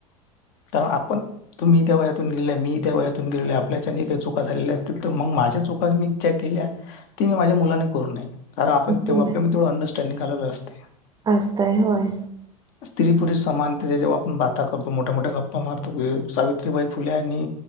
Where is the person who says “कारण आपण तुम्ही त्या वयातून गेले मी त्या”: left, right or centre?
Left